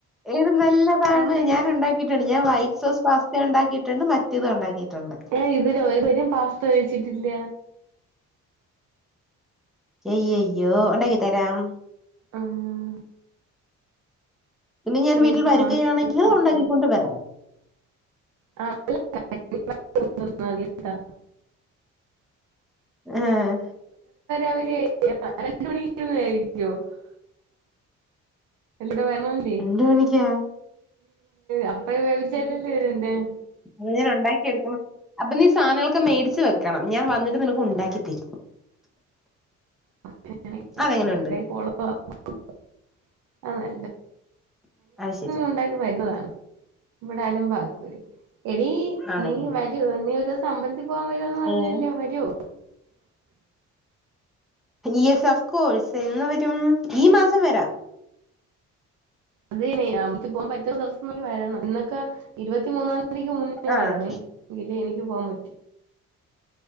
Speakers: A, in the centre; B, on the right (about 80°).
A: ഏത് നല്ലതാണ്
B: പാസ്തേ
A: ഞാൻ ഉണ്ടാക്കി യിട്ടുണ്ട് ഞാൻ വൈറ്റ് സോസ്പാസ്തയും ഉണ്ടാക്കിയിട്ടുണ്ട് മറ്റേതും ഉണ്ടാക്കിയിട്ടുണ്ട്
B: ഏ ഇതില ഒരു വരും പാസ്ത കഴിച്ചിട്ടില്ല
A: അയ്യയ്യയ്യോ ഉണ്ടാക്കി തരാം
B: ആഹ്
A: ഇന്ന് ഞാൻ
B: എനിക്ക്
A: വീട്ടിൽ വരുകയാണെങ്കില്
B: പാസ്ത തിന്നണോന്ന്
A: ഉണ്ടാക്കിക്കൊണ്ട് വരാം
B: ആഹ് <unintelligible>
A: ആഹ്
B: അവര് രണ്ട് മണിക്കന്ന് ആയിരിക്കോ <unintelligible> എടെ <unintelligible>
A: രണ്ട് മണിക്ക്യാ
B: അപ്പഴ വേവിച്ച <unintelligible>
A: അപ്പൊ ഞാൻ ഉണ്ടാക്കിയെടുക്കും അപ്പൊ നീ സാനങ്ങളൊക്കെ മേടിച്ച് വെക്കണം ഞാൻ വന്നിട്ട് നിനക്ക് ഉണ്ടാക്കി തരും
B: അഹ് <unintelligible>
A: അതെങ്ങനെയുണ്ട്
B: <unintelligible>
A: അത് ശരിയാ
B: ഉണ്ടാക്കി വരുന്നതാണ് ഇവിടെ അലപാക്കൂല എടീ
A: ആണല്ലേ
B: നീ വരെ നീ ഒരുസമ്പലത്തിൽ പോവാൻ വരുവന്ന് പറഞ്ഞല്ലോ
A: ഏഹ്
B: വരെ <inaudible>
A: യെസ് ഓഫ് കോഴ്സ് എന്ന് വരും ഈ മാസം വരാം
B: അതേനെ <unintelligible> പോകാൻ പറ്റുന്ന ദിവസം വരണം എന്നൊക്കെ ഇരുപത്തിമൂന്നാം തീയതിക്ക് മുന്നേ
A: ആഹ്
B: വരണേ എങ്കിലെ എനിക്ക് പോവാൻ പറ്റു